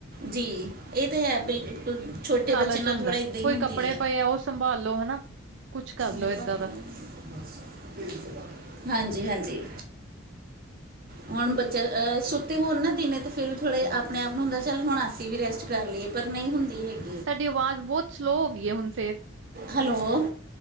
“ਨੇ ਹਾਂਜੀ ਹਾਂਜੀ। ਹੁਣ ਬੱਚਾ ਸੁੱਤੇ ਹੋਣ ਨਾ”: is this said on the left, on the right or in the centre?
Right